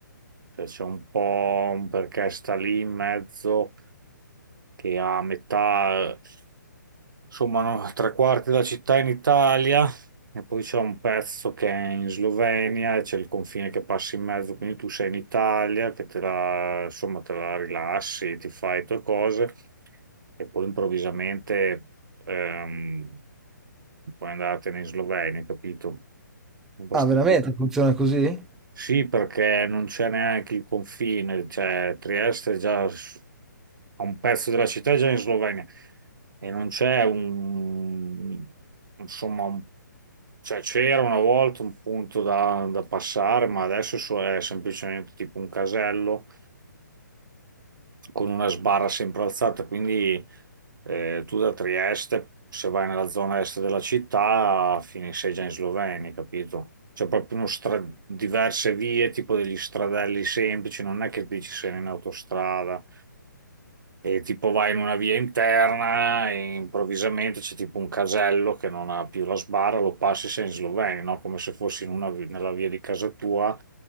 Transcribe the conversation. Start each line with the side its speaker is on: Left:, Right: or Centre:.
Right: Cioè, c'è un po' un perché sta lì in mezzo che ha a metà. Insomma, no, <laughs> tre quarti della città in Italia e poi c'è un pezzo che è in Slovenia e c'è il confine che passa in mezzo, quindi tu sei in Italia che te la, insomma, te la rilassi, ti fai le tue cose e poi improvvisamente ehm, puoi andartene in Slovenia, capito? È abbastanza
Centre: Ah, veramente funziona così?
Right: sì, perché non c'è neanche il confine, cioè Trieste è già s- a un pezzo della città è già in Slovenia e non c'è un, insomma, un- cioè c'era una volta un punto da, da passare, ma adesso so- è semplicemente tipo un casello con una sbarra sempre alzata, quindi eh, tu da Trieste, se vai nella zona est della città, finisci già in Slovenia, capito? C'è proprio uno stra- diverse vie, tipo degli stradelli semplici, non è che dici sei in autostrada. E tipo vai in una via interna e improvvisamente c'è tipo un casello che non ha più la sbarra, lo passi sei in Slovenia, no? Come se fossi in una vi- nella via di casa tua